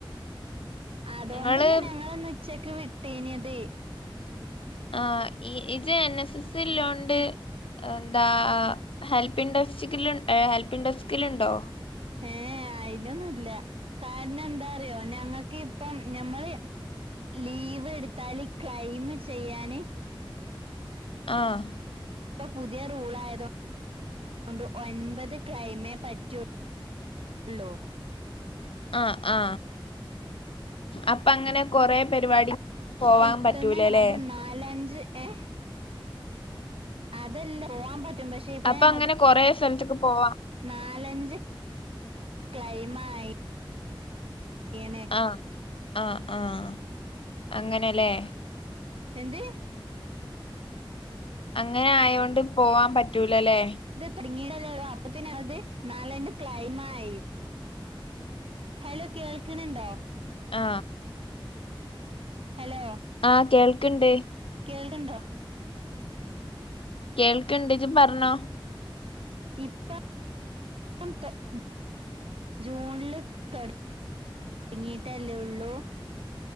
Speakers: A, on the right; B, on the left.
A: അതുകൊണ്ട്ന്നാ
B: നിങ്ങള്
A: ഞങ്ങള ഇന്ന് ഉച്ചക്ക് വിട്ടീഞ്ഞത്
B: ആ ഇജ്എൻ എസ് എസ് ഇലോണ്ട് എന്താ ഹെൽപ്പിൻ ഡെസ്കിൽ ഹെൽപ്പിൻ ഡെസ്കിൽ ഉണ്ടോ
A: ഏ എഅയിലൊന്നു ഇല്ല കാരണം എന്താ അറിയോ ഞങ്ങക്ക് ഇപ്പോ ഞമ്മള് ലീവ് എടുത്താൽ ക്ലൈയിം ചെയ്യാന്
B: ആഹ്
A: ഇപ്പം പുതിയ റൂൾ ആയതോ ണ്ട് ഒൻപത് ക്ലൈമേ പറ്റൂള്ളൂ
B: ആ ആ അപ്പൊ അങ്ങനെ കൊറെ പരിപാടി പോവാൻ
A: അ ഇപ്പറന്ന്
B: പറ്റൂലല്ലേ
A: അത് നാലഞ്ച് ഏ അതല്ല പോവാൻ പറ്റും പക്ഷെ ഇപ്പളെ
B: അപ്പൊ
A: ഞങ്ങ
B: അങ്ങനെ കൊറെ സ്ഥലത്തേക്ക് പോവാം
A: നാലഞ്ച് ക്ലൈം ആയി യീണ്
B: ആഹ് ആഹ് ആഹ് അങ്ങനെല്ലേ
A: എന്ത്
B: അങ്ങനെ ആയോണ്ട് പോവാൻ പറ്റൂലല്ലേ
A: തുടങ്ങിടല്ലോ അപ്പത്ത അത് നാലെണ്ട് ക്ലൈമ ആയി ഹലോ കേൾക്കണണ്ടോ
B: ആ
A: ഹലോ
B: ആഹ് കേൾക്ണ്ട്
A: കേൾക്ക്ണ്ടോ
B: കേൾക്ക്ണ്ട് ജി പറഞ്ഞോ
A: ഇപ്പ <inaudible> ജൂണില് തുടങ്ങിട്ടല്ലേ ഉള്ളൂ